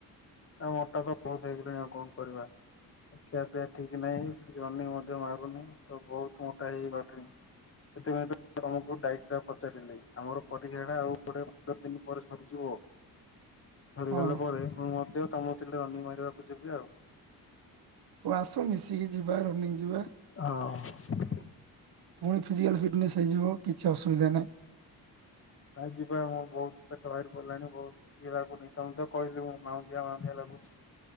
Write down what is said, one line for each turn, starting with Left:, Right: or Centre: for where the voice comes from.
Left: ଆଉ ମୋଟା ତ ବହୁତ ହେଇଗଲିଣି, ଆଉ କଣ କରିବା? ଖିଆପିଆ ଠିକ୍ ନାହିଁ, ରନିଙ୍ଗି ମଧ୍ୟ ମାରୁନି, ତ ବହୁତ୍ ମୋଟା ହେଇ ହେଇଗଲିଣି। ସେଥିପାଇଁ ତ ତମକୁ ଡାଇଟ୍ ଟା ପଚାରିଲି, ଆମର ପରୀକ୍ଷାଟା ଆଉ କୋଡିଏ ପନ୍ଦର୍ ଦିନି ପରେ ସରିଯିବ ସରିଗଲା
Right: ହଁ
Left: ପରେ, ମୁଁ ମଧ୍ୟ ତମ କତିକି ରନିଙ୍ଗି ମାରିବାକୁ ଯିବି ଆଉ।
Right: ହଉ ଆସ, ମିଶିକି ଯିବା, ରନିଙ୍ଗ୍ ଯିବା।
Left: ହଁ
Right: ପୁଣି ଫିଜିକାଲ୍ ଫିଟନେସ୍ ହୋଇଯିବ, କିଛି ଅସୁବିଧା ନାହିଁ।
Left: ନାଇଁ ଯିବା, ମୁଁ ବହୁତ୍ ପେଟ ଭାରିପଡ଼ିଲାଣି, ବହୁତ୍ ଯିବା ବେଲି ତମକୁ ତ କହିଲି ମୁଁ, ମାଉନ୍ଦିଆ ମାଉନ୍ଦିଆ ଲାଗୁଚି।